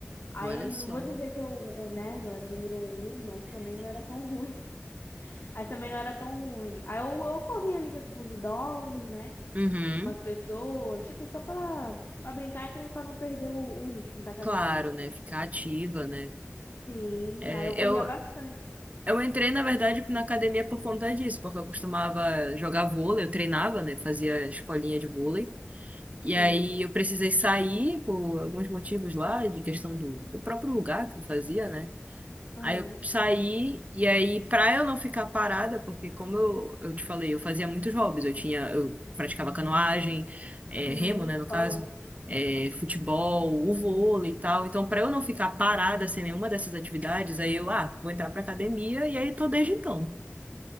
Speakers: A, on the left (about 55°); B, on the right (about 35°).
A: Aí
B: Olha
A: eu não
B: só.
A: vou dizer que eu, eu, né, não era o número um, mas também não era tão ruim. <laughs> Aí também não era tão ruim. Aí eu, eu corria ali com os idosos, né?
B: Uhum.
A: Com as pessoas, tipo, só para para brincar e também para não perder o, o ritmo da academia.
B: Claro, né? Ficar ativa, né?
A: Sim,
B: É,
A: aí eu corria
B: eu,
A: bastante.
B: eu entrei, na verdade, na academia por conta disso, porque eu costumava jogar vôlei, eu treinava, né? Fazia escolinha de vôlei. E
A: Sim.
B: aí eu precisei sair por alguns motivos lá, de questão do, do próprio lugar que eu fazia, né?
A: Aham.
B: Aí eu saí, e aí, pra eu não ficar parada, porque como eu, eu te falei, eu fazia muitos hobbies, eu tinha, eu praticava canoagem, eh,
A: Sim,
B: remo, né,
A: tu
B: no
A: falou.
B: caso, eh, futebol, o vôlei e tal. Então, pra eu não ficar parada sem nenhuma dessas atividades, aí eu, ah, vou entrar pra academia, e aí tô desde então.